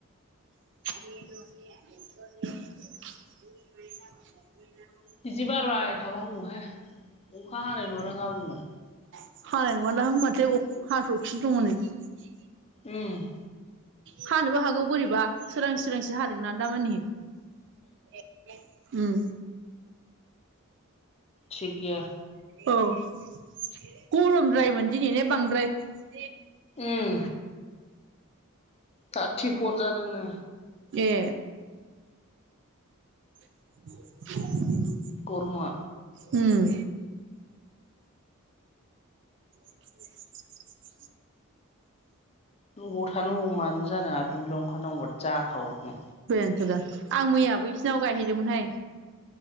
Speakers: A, on the right; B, on the left.
A: <inaudible> बुंथिगिफोरनि जेबो खोनानो मोननाय जायाखै
B: बिदि बारबाय थाबा मा हौहाय अखा हानाय नुवा बुंनो
A: <inaudible> बुंथिगिरिफोरनि जेबो खोनानो मोननाय जायाखै
B: ओम <inaudible>
A: हानोबो हागौ बोरैबा सोरां सोरांसो हादों ना दामानि उम।
B: थिक गैया
A: <inaudible> बुंथिगिरिफोरनि जेबो खोनानो मोननाय जायाखै
B: उम। थारथि फर जादोंनो
A: ए <inaudible>
B: गरमा।
A: उम। <inaudible> बुंथिगिरिफोरनि जेबो खोनानो मोननाय जायाखै
B: अबाव थानो अबाव मानो जादों आरो दुब्लियाव ओंखारनांगौबा जाखाबावगोन।
A: दा आं मैयाबो इसोरनाव गायहैदोंमोनहाय